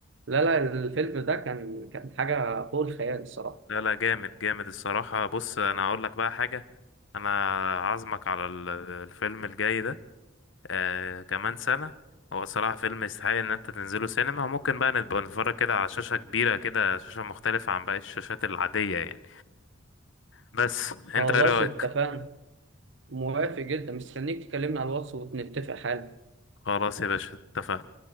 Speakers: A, on the right; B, on the left.
A: لا لا الفيلم ده كان كان حاجة فوق الخيال الصراحة
B: لا لا جامد جامد الصراحة بص انا هقول لك بقى حاجة انا عازمك على ال- الفيلم الجاي ده آه كمان سنة هو صراحة فيلم يستحق ان انت تنزله سينما ممكن بقى نبقى نتفرج كده على شاشة كبيرة كده شاشة مختلفة عن باقي الشاشات العادية يعني بس انت
A: خلاص
B: ايه رأيك
A: اتفقنا موافق جدا مستنيك تكلمني على الواتس ونتفق حالا
B: خلاص يا باشا اتفقنا